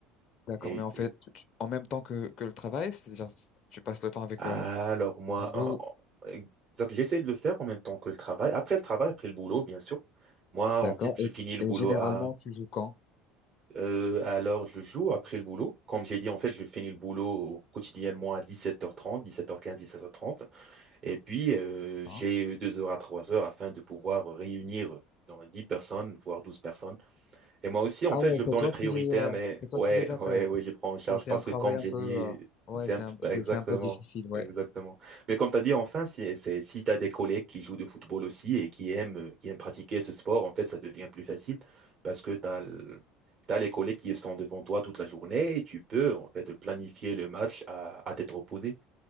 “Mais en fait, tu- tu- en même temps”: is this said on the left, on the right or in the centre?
Left